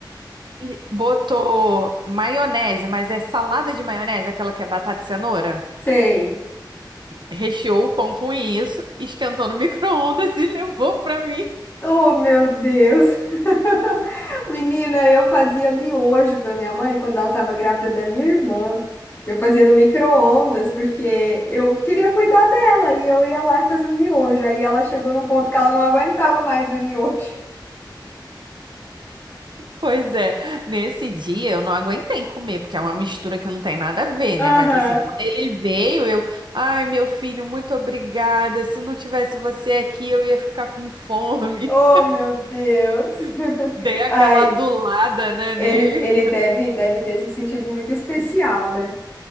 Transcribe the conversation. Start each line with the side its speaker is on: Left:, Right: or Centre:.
Right: e botou maionese, mas é salada de maionese, aquela que é batata e cenoura.
Left: Sei.
Right: Recheou o pão com isso, esquentou no <laughs> micro-ondas e levou pra mim.
Left: Oh, meu Deus! <laughs> Menina, eu fazia miojo para minha mãe quando ela estava grávida da minha irmã. Eu fazia no micro-ondas, porque eu queria cuidar dela, e eu ia lá e fazia um miojo. Aí ela chegou num ponto que ela não aguentava mais ver miojo.
Right: Pois é, nesse dia eu não aguentei comer, porque é uma mistura que não tem nada a ver,
Left: Aham.
Right: né? Mas assim, quando ele veio, eu, ai, meu filho, muito obrigada. Se não tivesse você aqui, eu ia ficar com fome.
Left: Oh, meu Deus. <laughs>
Right: <laughs> Dei aquela
Left: Ai,
Right: adulada, né,
Left: ele,
Right: nele.
Left: ele deve, deve ter se sentido muito especial, né?